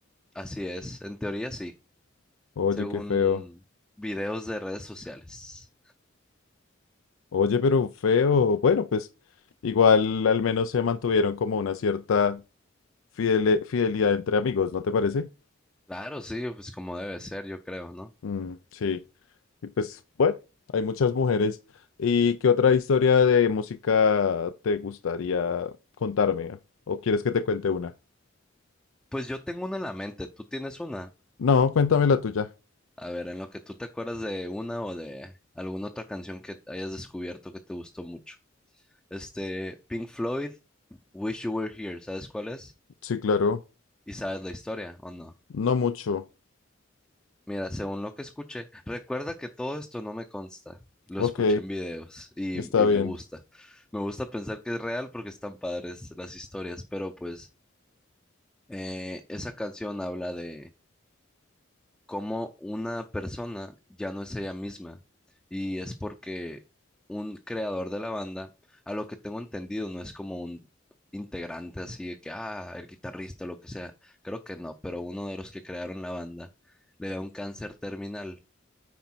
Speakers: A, in the centre; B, on the left (about 85°).
A: Así es, en teoría sí,
B: Oye,
A: según
B: qué feo.
A: videos de redes sociales.
B: Oye, pero feo. Bueno, pues igual al menos se mantuvieron como una cierta fiele- fidelidad entre amigos, ¿no te parece?
A: Claro, sí, pues como debe ser, yo creo, ¿no?
B: Mm, sí, y pues bueno, hay muchas mujeres. ¿Y qué otra historia de música te gustaría contarme? ¿O quieres que te cuente una?
A: Pues yo tengo una en la mente, ¿tú tienes una?
B: No, cuéntame la tuya.
A: A ver, en lo que tú te acuerdas de una o de alguna otra canción que hayas descubierto que te gustó mucho. Este, Pink Floyd, Wish You Were Here, ¿sabes cuál es?
B: Sí, claro.
A: ¿Y sabes la historia o no?
B: No mucho.
A: Mira, según lo que escuché, recuerda que todo esto no me consta, lo
B: Ok,
A: escuché en videos y,
B: está
A: y
B: bien.
A: me gusta. Me gusta pensar que es real porque están padres las historias, pero pues eh, esa canción habla de cómo una persona ya no es ella misma. Y es porque un creador de la banda, a lo que tengo entendido, no es como un integrante así de que, ah, el guitarrista o lo que sea. Creo que no, pero uno de los que crearon la banda le da un cáncer terminal